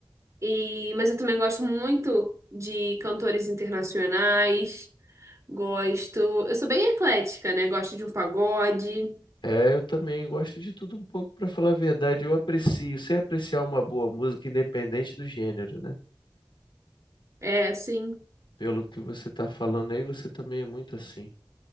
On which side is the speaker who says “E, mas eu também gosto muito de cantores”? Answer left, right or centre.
Right